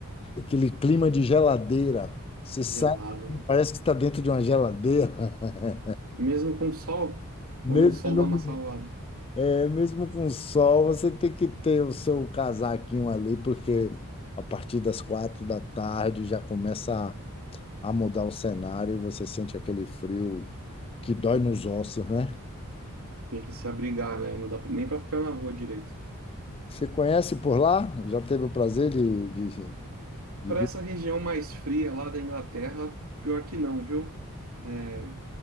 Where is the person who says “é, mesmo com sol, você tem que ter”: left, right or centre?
Left